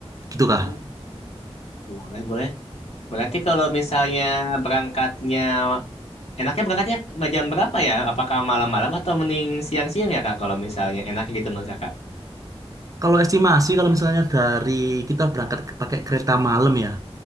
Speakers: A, on the right; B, on the left.
A: gitu kah
B: Oh, boleh boleh. Berarti kalau misalnya berangkatnya enaknya berangkatnya jam berapa ya? Apakah malam-malam atau mending siang-siang ya kak? Kalau misalnya enaknya gitu menurut kakak?
A: kalau estimasi kalau misalnya dari kita berangkat ke- pakai kereta malam ya